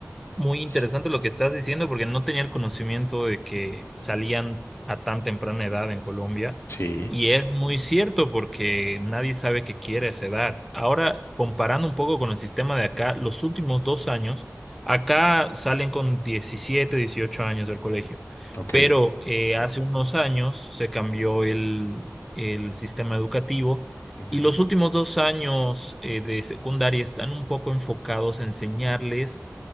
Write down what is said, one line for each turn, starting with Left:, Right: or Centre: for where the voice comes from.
Centre: Muy interesante
Left: Sí,
Centre: lo que estás diciendo porque no tenía el conocimiento de que salían a tan temprana edad en Colombia
Left: sí,
Centre: y es muy cierto porque nadie sabe qué quiere a esa edad. Ahora, comparando un poco con el sistema de acá, los últimos dos años, acá salen con 17 18 años del colegio,
Left: ok.
Centre: pero eh, hace unos años se cambió el, el sistema educativo.
Left: ujú,
Centre: Y los últimos dos años eh, de secundaria están un poco enfocados a enseñarles